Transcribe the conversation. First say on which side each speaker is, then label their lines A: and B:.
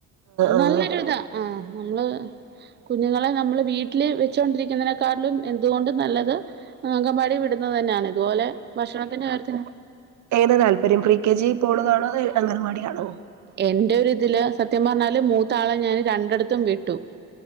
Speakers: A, on the right (about 70°); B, on the right (about 35°).
A: ആഹ്
B: നല്ലൊരു ഇതാ ആഹ് നല്ലേ കുഞ്ഞുങ്ങളെ നമ്മള് വീട്ടില് വെച്ചോണ്ടിരിക്കുന്നതിനേക്കാട്ടിലും എന്തുകൊണ്ടും നല്ലത് അംഗൻവാടി വിടുന്നത് തന്നെണ് ഇതുപോലെ ഭക്ഷണത്തിന്റെ കാര്യത്തി
A: ഏത് താല്പര്യം പ്രീ കെജി പോണതാണോ അതാ അംഗൻ വടിയാണോ?
B: എന്റെ ഒരു ഇതില് സത്യം പർഞ്ഞാല് മൂത്താളെ ഞാന് രണ്ടിടത്തും വിട്ടു